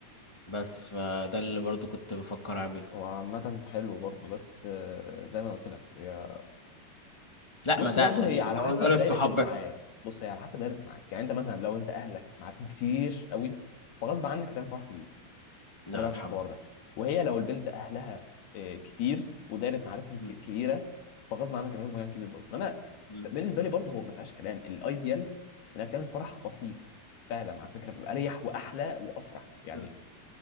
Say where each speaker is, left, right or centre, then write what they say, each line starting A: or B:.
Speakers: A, on the left; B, on the left.
A: بس فده اللي برضو كنت بفكر اعمله
B: هو عامة حلو برضه بس آه، زي ما أنا قلت لك هي
A: لا
B: بص
A: ما ده
B: برضه
A: ال-
B: هي على
A: لو
B: حسب
A: ده للصحاب
B: دايرة المعارف
A: بس
B: بص هي على حسب دايرة المعارف يعني انت مثلا لو انت اهلك معارفهم كتير قوي فغصب عنك هتعمل فرح كبير
A: لا
B: انا معاك
A: الحمد
B: من الحوار
A: لله.
B: ده وهي لو البنت اهلها آه، كتير ودايره معارفهم ك-
A: مم.
B: كبيره فغصب عنك يعملوا مكان كبير برضه انما
A: مم.
B: ف- بالنسبه لي برضه هو ما فيهاش كلام الايديال انك تعمل فرح بسيط فعلا على فكره بيبقى اريح واحلى وافرح يعني
A: مم.